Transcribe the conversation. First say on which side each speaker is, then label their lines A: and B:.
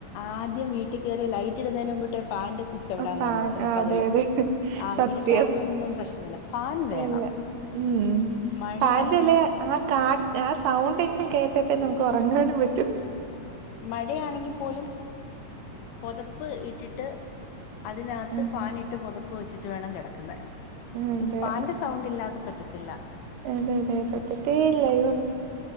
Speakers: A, on the left; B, on the right.
A: ആദ്യം വീട്ട്കേറിയ ലൈറ്റ് ഇടുന്നതിന് മുമ്പ്ട്ട ഫാന്റെ സു ച്ച് എവിടാന്നാ
B: ഫാൻ
A: നോക്കുന്നെ
B: അതെ
A: പകല്
B: അതെ
A: ആഹ്
B: സത്യം
A: ഇരുട്ടാണെങ്കിലൊന്നും പ്രശ്നല്ല ഫാൻ വേണം
B: ഇല്ല ഉം
A: മഴയാണെങ്കിലും
B: ഫാന്റെല്ലേ ആഹ് കാ ആഹ് സൗണ്ടെങ്കിലും കേട്ടിട്ടെ നമ്ക്ക് ഒറങ്ങാനും പറ്റും
A: മഴയാണെങ്കി പോലും പൊതപ്പ് ഇട്ടിട്ട് അതിനകത്ത്
B: ഉം
A: ഫാന്ട്ട് പൊതപ്പ് വെച്ചിട്ട് വേണം കെടക്കുന്നെ
B: അതെ
A: ഫാന്റെ സൗണ്ടില്ലാതെ പറ്റത്തില്ല
B: അതെ അതെ പറ്റത്തേല്ലയ്